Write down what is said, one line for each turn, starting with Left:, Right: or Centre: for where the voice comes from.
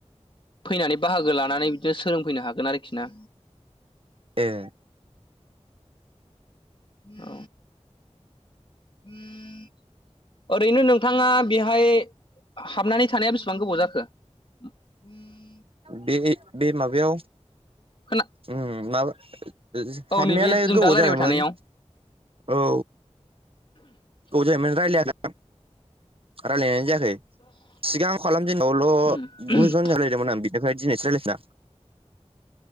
Left: फैनानै बाहागो लानानै बिदिनो सोलोंफैनो हागोन आरोखि ना।
Right: ए।
Left: औ। <unintelligible> ओरैनो नोंथाङा बेहाय हाबनानै थानाया बेसिबां गोबाव जाखो? <inaudible>
Right: बे ए बे माबायाव।
Left: खोना
Right: उम माबा। जो
Left: औ
Right: हाबनायालाय
Left: नैबे जों
Right: गोबाव
Left: दा रायलायबाय
Right: जाबायमोन
Left: थानायाव
Right: औ। गोबाव जाबायमोन रायलायामोन। रालायनाय जायाखै सिगां खालाम जेनायवाल'
Left: ओरैनो
Right: गु जन जों रालायदोंमोन आं। बेनिफ्राय दिनैसो रालायफिदों आं।